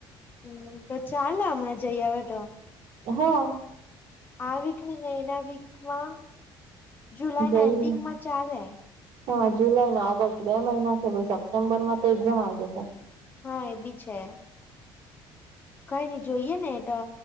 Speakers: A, on the left (about 20°); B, on the right (about 65°).
A: હમ્મ, તો ચાલે હમણાં જઈ આવે તો.
B: હા.
A: આ વીક ની ને એના વીકમાં જુલાઈ
B: જઈ
A: ના એન્ડિંગમાં ચાલે.
B: હા જુલાઈ ને ઓગસ્ટ બે મહિના છે સપ્ટેમ્બર માં તો એક્ઝામ આવી જશે.
A: હા એ બી છે. કઈ નઈ જોઈએ ને એ તો